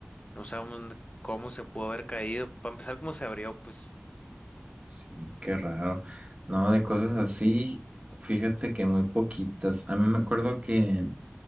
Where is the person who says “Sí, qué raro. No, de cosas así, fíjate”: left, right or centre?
Right